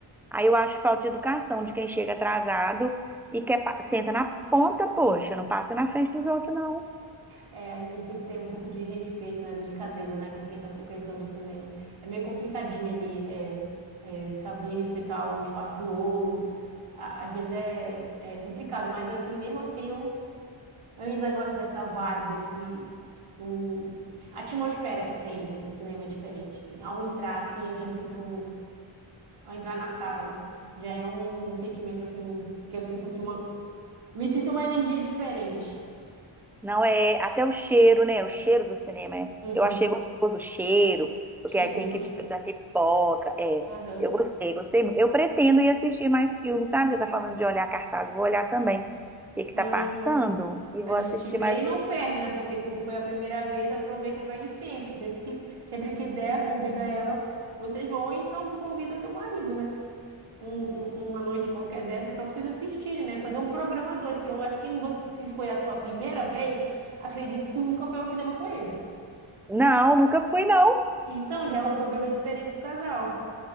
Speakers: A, in the centre; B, on the right.
A: Aí eu acho falta de educação de quem chega atrasado e quer pa- senta na ponta, poxa, não passa na frente dos outros, não.
B: É, às vezes tem que ter um pouco de respeito, né? Delicadeza, né? Com quem tá frequentando o cinema. É meio complicadinho ali, é, é, saber respeitar o espaço do outro. A- Às vezes é, é complicado, mas assim, mesmo assim, eu Eu ainda gosto dessa vibe, desse o a atmosfera que tem no cinema é diferente, assim. Ao entrar assim, eu já sinto um, ao entrar na sala, né? Já é um sentimento assim que eu sinto assim uma me sinto uma energia diferente.
A: Não é até o cheiro, né? O cheiro do cinema. é-
B: Uhum.
A: Eu achei gostoso o cheiro, porque
B: Cheirinho
A: aí tem
B: é
A: aquele
B: gostoso.
A: cheiro da pipoca. É,
B: Aham.
A: eu gostei, gostei muito. Eu pretendo ir assistir mais filmes, sabe? Você tá falando de olhar cartaz, vou olhar também. O que que
B: Não
A: tá passando?
B: é bom.
A: E vou
B: A gente
A: assistir
B: vê
A: mais
B: e não
A: uns
B: perde,
A: filmes.
B: né? Porque tu foi a primeira vez, aproveita para ir sempre, sempre que sempre que der, convida ela. Vocês vão, então tu convida teu marido, né? um- um- uma noite qualquer dessa para vocês assistirem, né? Fazer um programa dois, que eu acho que você- se foi a tua primeira vez, acredito que tu nunca foi ao cinema com ele.
A: Não, nunca fui, não.
B: Então já é um programa diferente pro casal.